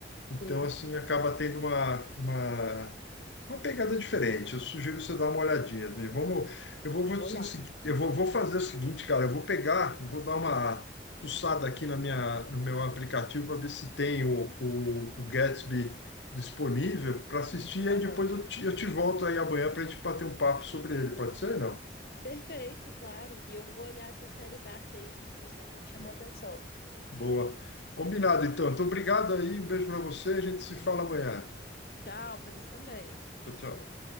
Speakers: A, on the left (about 85°); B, on the left (about 55°).
A: Então
B: Sim,
A: assim acaba tendo uma uma Uma pegada diferente. Eu sugiro você dar uma olhadinha, mesmo. Vamos, eu vou, vou,
B: vou
A: dizer
B: olhar.
A: o seguinte- eu vou, vou fazer o seguinte, cara. Eu vou pegar, eu vou dar uma fuçada aqui na minha, no meu aplicativo para ver se tem o, o, o Gatsby disponível para assistir. E
B: Aham.
A: aí depois eu te, eu te volto aí amanhã para a gente bater um papo sobre ele. Pode ser? Não?
B: Perfeito, claro. E eu vou olhar essa série Dark aí, que isso aí já me chamou a atenção.
A: Boa. Combinado, então. Então, obrigado aí. Um beijo para você. A gente se fala amanhã.
B: Tchau, pra você também.
A: Tchau, tchau.